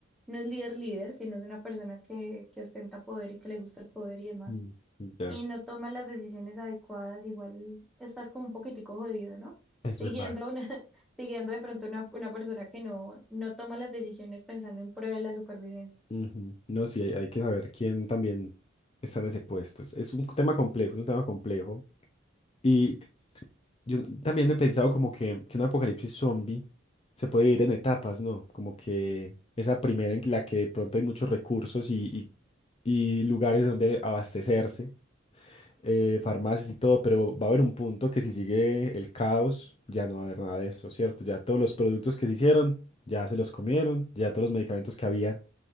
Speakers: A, in the centre; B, on the left.
A: no es líder líder, sino es una persona que, que ostenta poder y que le gusta el poder y demás.
B: mm, Ya.
A: y no tomas las decisiones adecuadas, igual estás como un poquitico jodido, ¿no?
B: Es
A: Siguiendo
B: verdad.
A: una, <laughs> siguiendo de pronto una, una persona que no, no toma las decisiones pensando en pro de la supervivencia.
B: Ujú. No, sí, hay, hay que saber quién también está en ese puesto. Es, es un tema complejo, es un tema complejo. Y yo también he pensado como que, que un apocalipsis zombie se puede vivir en etapas, ¿no? Como que esa primera en la que de pronto hay muchos recursos y, y- y lugares donde abastecerse, eh, farmacias y todo, pero va a haber un punto que si sigue el caos, ya no va a haber nada de eso, ¿cierto? Ya todos los productos que se hicieron, ya se los comieron, ya todos los medicamentos que habían